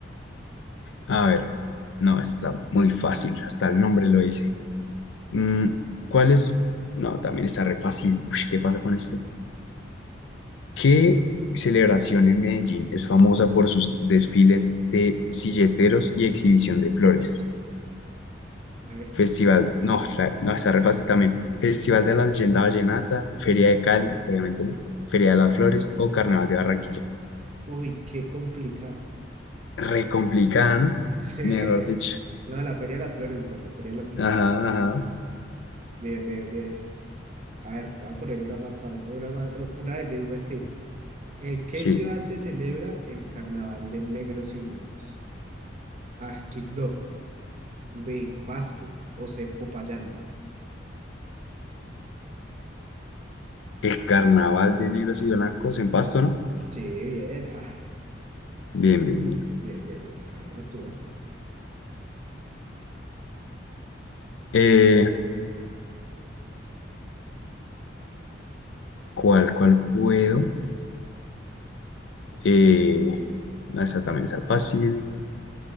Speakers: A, on the left (about 75°); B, on the right (about 40°).
A: a ver, no, esto está muy fácil, hasta el nombre lo dice. Mm, ¿cuál es? No, también está re fácil. Uy, ¿qué pasa con esto? ¿Qué celebración en Medellín es famosa por sus desfiles de silleteros y exhibición de flores?
B: A ver,
A: Festival, no, la- no, está re fácil también. Festival de la Leyenda Vallenata, Feria de Cali, obviamente no, Feria de las Flores o Carnaval de Barranquilla.
B: uy, qué complicado.
A: Re complicada, ¿no?
B: <laughs>
A: Mejor dicho.
B: Sí. No, la Feria de las Flores, bro, la Feria de las Flores.
A: Ajá, ajá.
B: Bien, bien, bien. A ver, te voy a poner una más fácil, una, ma- una del mismo estilo. ¿En qué
A: Sí.
B: ciudad se celebra el Carnaval de Negros y Blancos? A, Quibdó, B, Pasto o C, Popayán.
A: El carnaval de negros y blancos en Pasto, ¿no?
B: Sí, bien, ja.
A: Bien, bien, bien.
B: Bien, bien, bien. A ver, vas tú, vas tú.
A: Eh, ¿cuál, cuál puedo? Eh, no, esta también está fácil.